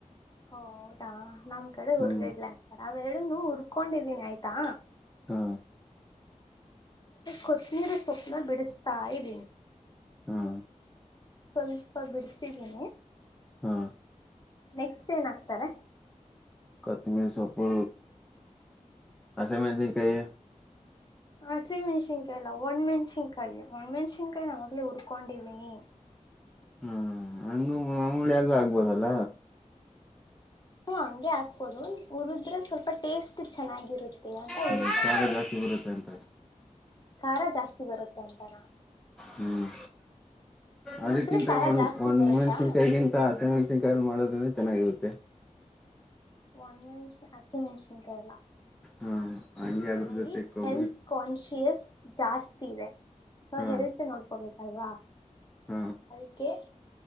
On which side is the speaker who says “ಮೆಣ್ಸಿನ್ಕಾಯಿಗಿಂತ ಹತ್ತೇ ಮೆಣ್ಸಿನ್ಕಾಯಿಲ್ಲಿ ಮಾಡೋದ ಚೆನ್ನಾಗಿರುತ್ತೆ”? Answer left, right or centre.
Centre